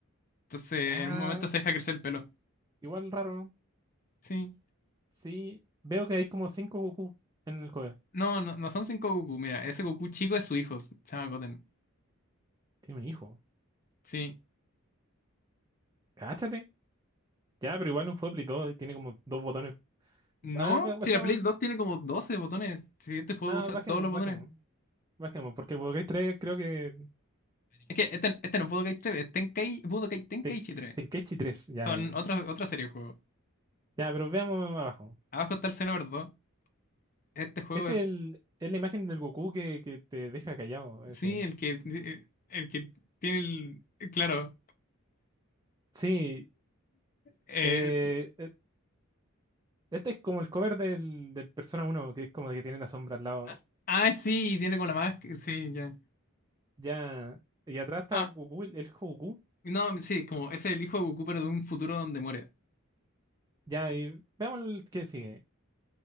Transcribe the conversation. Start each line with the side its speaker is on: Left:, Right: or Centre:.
Left: Entonces,
Right: Ah,
Left: en un momento se deja crecer el pelo.
Right: igual raro.
Left: Sí.
Right: Sí, veo que hay como cinco Goku en el juego.
Left: No, no, no son cinco Goku. Mira, ese Goku chico es su hijo. Se llama Goten.
Right: Tiene un hijo.
Left: Sí.
Right: Cáchate. Ya, pero igual un Pueblo y todo, y tiene como dos botones.
Left: No,
Right: Ah, ba- Bajemos,
Left: si la Play 2 tiene como 12 botones. Si este juego
Right: nada,
Left: usa
Right: bajemos,
Left: todos los botones.
Right: bajemos, bajemos, porque el Pokédex 3, creo que
Left: Es que este, este no es Budokai 3, es Tenkei, Budokai Tenkaichi
Right: te,
Left: 3.
Right: Tenkechi 3, ya,
Left: Son
Right: ya, ya.
Left: otra, otra serie de juegos.
Right: Ya, pero veamos abajo.
Left: Abajo está el Xenoverse 2. Este juego
Right: Es
Left: es,
Right: el, es la imagen del Goku que, que te deja callado, ese.
Left: sí, el que, eh, el que tiene el, claro.
Right: Sí,
Left: eh,
Right: eh,
Left: es-
Right: eh, este es como el cover del, del Persona uno, que es como que tiene la sombra al lado.
Left: ah, ah, sí, tiene como la máscara, sí, ya.
Right: Ya, y atrás está
Left: Ah,
Right: Goku, el, el Goku.
Left: no, sí, como ese es el hijo de Goku, pero de un futuro donde muere.
Right: Ya, y veamos el que sigue.